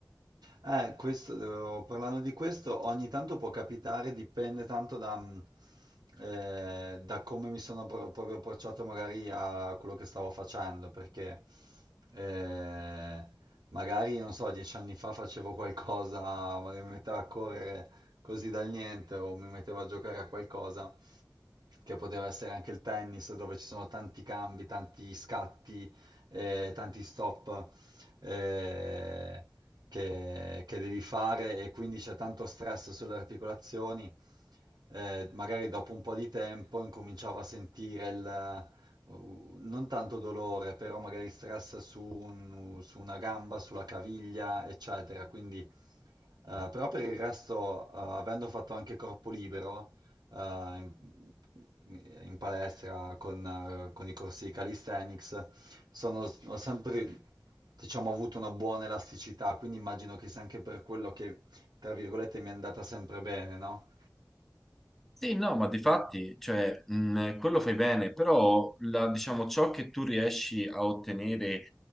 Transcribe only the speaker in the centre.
Sì, no, ma di fatti, cioè, mh, quello fai bene, però la- diciamo, ciò che tu riesci a ottenere